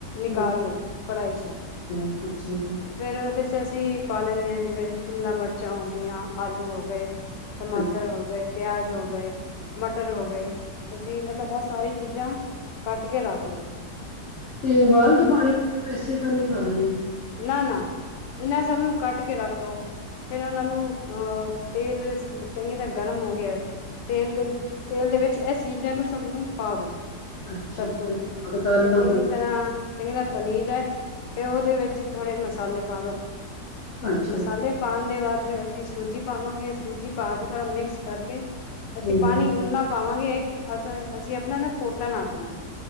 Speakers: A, on the left; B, on the left.
A: ਹੂੰ
B: ਨਿਕਾਲ ਲਓ ਕੜਾਈ ਚ
A: ਅੱਛਾ-ਅੱਛਾ
B: ਫੇਰ ਉਹਦੇ ਚ ਅਸੀਂ ਪਾ ਲੈਂਦੇ ਹਾਂ, ਜਿਵੇਂ ਸ਼ਿਮਲਾ ਮਿਰਚਾਂ ਹੋ ਗਈਆਂ, ਆਲੂ ਹੋ ਗਏ ਟਮਾਟਰ
A: ਅੱਛਾ
B: ਹੋ ਗਏ, ਪਿਆਜ ਹੋ ਗਏ, ਮਟਰ ਹੋ ਗਏ, ਅਸੀਂ ਮਤਲਬ ਇਹ ਸਾਰੀ ਚੀਜ਼ਾਂ ਕੱਟ ਕੇ ਰੱਖ ਲੋਓ।
A: ਤੇ ਉਬਾਲ ਕੇ ਪਾਣੀ ਪੈਸੇ <unintelligible> ਖਾ ਲਦੇ।
B: ਨਾ-ਨਾ ਇਹਨਾਂ ਸਭ ਨੂੰ ਕੱਟ ਕੇ ਰੱਖ ਲੋ। ਫੇਰ ਉਹਨਾਂ ਨੂੰ ਅਹ ਤੇਲ ਚੰਗੀ ਤਰ੍ਹਾਂ ਗਰਮ ਹੋ ਗਿਆ। ਤੇਲ ਦੇ ਤੇਲ ਦੇ ਵਿੱਚ ਇਹ ਚੀਜ਼ਾਂ ਨੂੰ ਸਭ ਨੂੰ ਪਾ ਦੋ।
A: ਅੱਛਾ-ਅੱਛਾ
B: ਸਭ ਕੁਝ
A: ਅਗਦਲ
B: ਇਹ
A: ਲੋਕ
B: ਚੰਗੀ ਤਰ੍ਹਾਂ, ਚੰਗੀ ਤਰਾਂ ਤਲੀ ਜਾਏ ਫੇਰ ਉਹਦੇ ਵਿੱਚ ਥੋੜੇ ਮਸਾਲੇ ਪਾ ਦੋ
A: ਅੱਛਾ-ਅੱਛਾ
B: ਮਸਾਲੇ
A: ਹੂੰ
B: ਪਾਣ ਦੇ ਬਾਅਦ ਫੇਰ ਅਸੀਂ ਸੂਜੀ ਪਾਵਾਂਗੇ ਸੂਜੀ ਪਾ ਕੇ ਥੋੜਾ ਮਿਕਸ ਕਰਕੇ ਅਸੀਂ
A: ਹੂੰ, ਅੱਛਾ ਹੂੰ-ਹੂੰ
B: ਪਾਣੀ ਉਣਾ ਪਾਵਾਂਗੇ ਅ ਅਸੀਂ ਆਪਣਾ ਨਾ ਪੋਟਾ ਨਾਪਣਾ